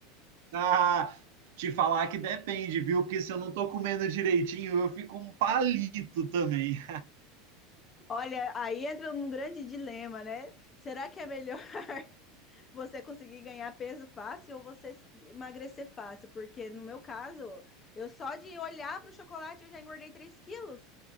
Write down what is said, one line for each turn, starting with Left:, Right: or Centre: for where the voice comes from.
Right: ah, te falar que depende, viu? Porque se eu não tô comendo direitinho, eu fico um palito também.
Left: Olha, aí entra num grande dilema, né? Será que é melhor <laughs> você conseguir ganhar peso fácil ou você emagrecer fácil? Porque no meu caso, eu só de olhar para o chocolate eu já engordei 3 quilos.